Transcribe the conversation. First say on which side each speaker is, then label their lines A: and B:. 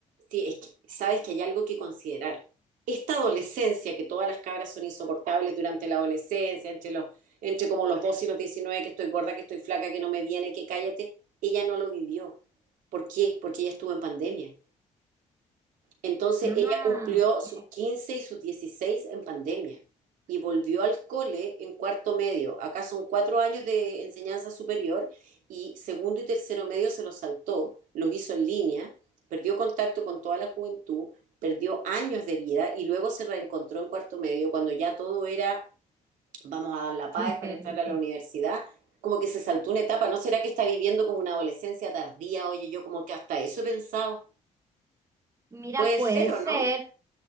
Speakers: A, on the right; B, on the right.
A: Sí, es que sabes que hay algo que considerar. Esta adolescencia, que todas las cabras son insoportables durante la adolescencia, entre los, entre como los 12 y los diecinueve que estoy gorda, que estoy flaca, que no me viene, que cállate, ella no lo vivió. ¿Por qué? Porque ella estuvo en pandemia. Entonces
B: ah,
A: ella cumplió
B: ok,
A: sus 15 y sus 16 en pandemia y volvió al cole en cuarto medio. Acá son cuatro años de enseñanza superior y segundo y tercero medio se los saltó, los hizo en línea, perdió contacto con toda la juventud, perdió años de vida y luego se reencontró en cuarto medio cuando ya todo era, vamos a dar la paz
B: diferente.
A: para entrar a la universidad. Como que se saltó una etapa, ¿no será que está viviendo como una adolescencia tardía? Oye, yo como que hasta eso he pensado.
B: Mira,
A: Puede
B: puede
A: ser,
B: ser,
A: ¿o no?